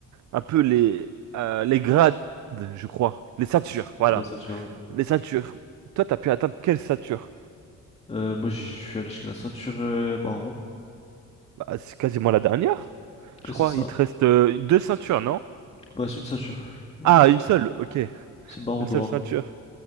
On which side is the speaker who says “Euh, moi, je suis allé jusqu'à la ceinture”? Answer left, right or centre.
Left